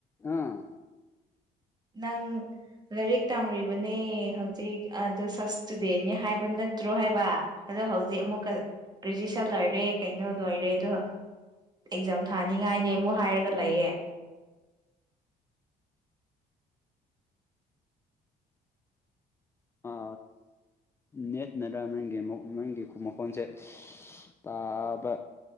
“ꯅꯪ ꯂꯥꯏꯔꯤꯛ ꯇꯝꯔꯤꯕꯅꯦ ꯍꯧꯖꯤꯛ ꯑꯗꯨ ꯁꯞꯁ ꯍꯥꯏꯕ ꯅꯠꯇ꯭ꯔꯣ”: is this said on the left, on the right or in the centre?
Right